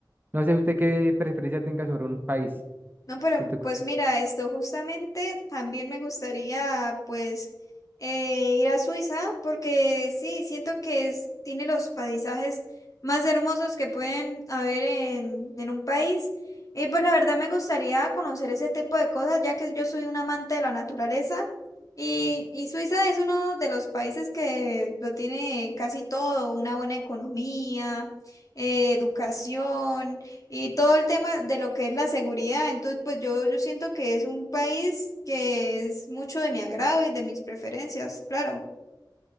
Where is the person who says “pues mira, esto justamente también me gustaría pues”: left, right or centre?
Left